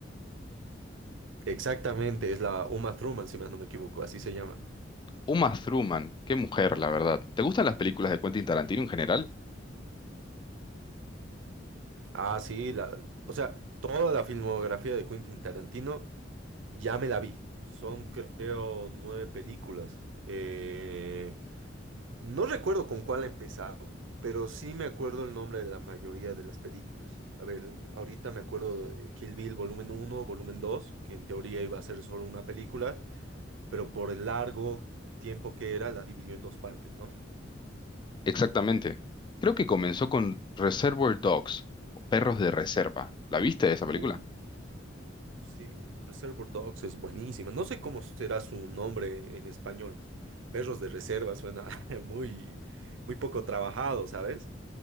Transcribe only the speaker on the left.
Uma Thurman, qué mujer, la verdad. ¿Te gustan las películas de Quentin Tarantino en general?
Exactamente. Creo que comenzó con Reservoir Dogs, o Perros de Reserva. ¿La viste esa película?